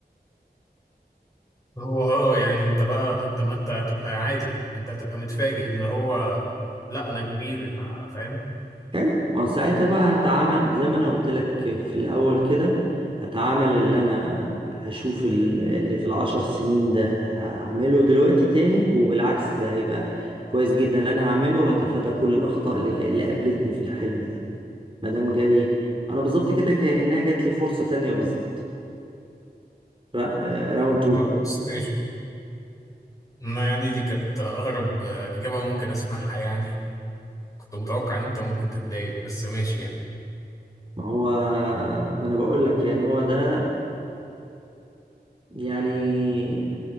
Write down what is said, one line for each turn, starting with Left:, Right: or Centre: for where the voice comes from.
Left: هو اه يعني انت بقى انت ما انت هتبقى عادي انت هتبقى متفاجئ اللي هو لا انا كبير انا فاهم
Right: حلو ما هو ساعتها بقى هتعامل زي ما انا قلت لك في الاول كده هتعامل اللي انا هشوف ال- اللي في العشر سنين ده هعمله دلوقتي تاني وبالعكس ده هيبقى كويس جدا اللي انا هعمله هتفادى كل الاخطاء اللي ك- اللي قابلتني في الحلم ده ما دام جالي انا بالظبط كده كانها جات لي فرصه تانية بالظبط را- آه، راوند 2
Left: خلاص ماشي انا يعني دي كانت اغرب آه، اجابة ممكن اسمعها يعني كنت متوقع ان انت ممكن تتضايق بس ماشي يعني
Right: ما هو ما انا بقول لك يعني هو ده يعني